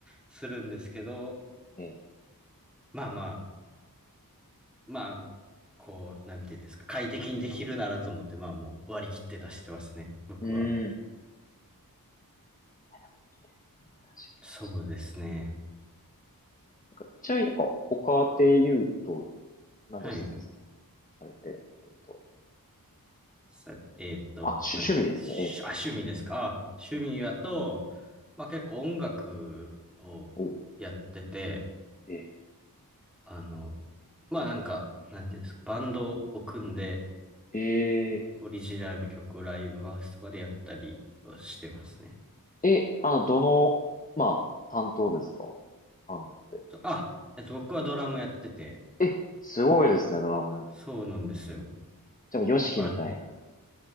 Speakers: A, in the centre; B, on the left (about 20°).
A: するんですけど、
B: ええ。
A: まあまあ、まあ、こう、なんていうんですか、快適にできるならと思って、まあもう割り切って出してますね、僕は。
B: うん。いいですね。確かに確か
A: そうですね。
B: に。なんかちなみになんか、他で言うと、何でしたっけ、
A: はい。
B: その、されてるのっていうと。
A: さ、えーっと、
B: あ、趣、
A: なんです
B: 趣味ですね。
A: しあ、趣味ですか。あ、
B: ええ。
A: 趣味やと、まあ結構音楽をやってて、
B: ええ。お、ええ。
A: あの、まあなんか、なんていうんですか、バンドを組んで、
B: え
A: オリジナルの曲をライブハウスとかでやったりをしてますね。
B: え。え、あの、どの、まあ、担当ですかバンドって。
A: そうあ、えっと、僕はドラムやってて、
B: え、すごいですね、ドラム。
A: そうなんですよ。
B: じゃあ、ヨシキみたいな。
A: あ、<laughs>